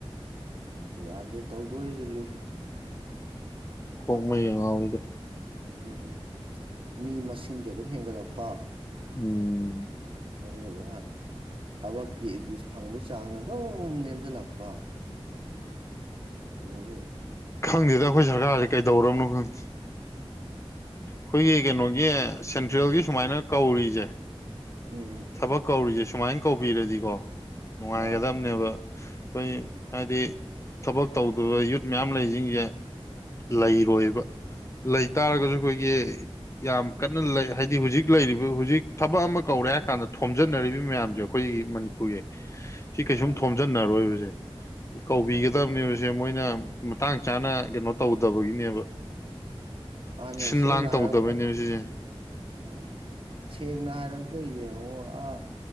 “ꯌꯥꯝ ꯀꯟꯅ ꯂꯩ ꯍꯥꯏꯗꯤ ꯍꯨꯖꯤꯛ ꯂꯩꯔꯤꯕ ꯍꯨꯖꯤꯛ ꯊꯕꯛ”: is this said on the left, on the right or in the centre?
Left